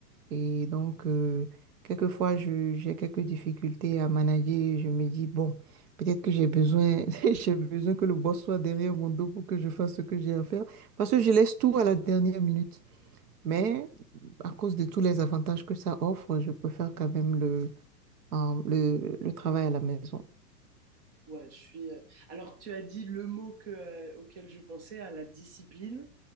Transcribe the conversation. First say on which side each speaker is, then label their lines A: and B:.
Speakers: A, on the right (about 65°); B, on the right (about 45°).
A: Et donc, euh, quelquefois, je, j'ai quelques difficultés à manager. Je me dis, bon, peut-être que j'ai besoin, <laughs> j'ai besoin que le boss soit derrière mon dos pour que je fasse ce que j'ai à faire. Parce que je laisse tout à la dernière minute. Mais à cause de tous les avantages que ça offre, je préfère quand même le, euh, le, le travail à la maison.
B: Ouais, je suis. euh, Alors, tu as dit le mot que, euh, auquel je pensais, à la discipline,